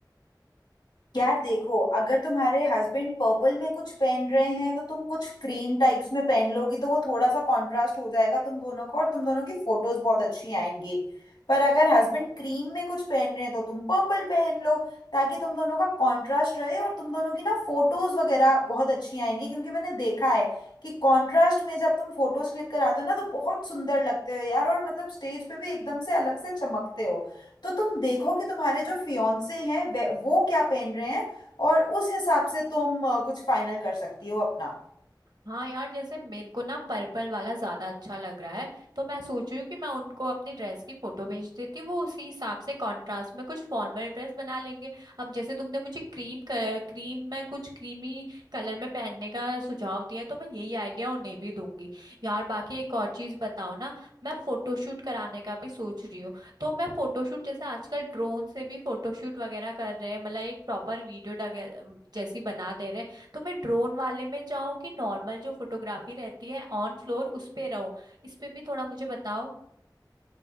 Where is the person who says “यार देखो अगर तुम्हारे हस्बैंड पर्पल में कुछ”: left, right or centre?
Left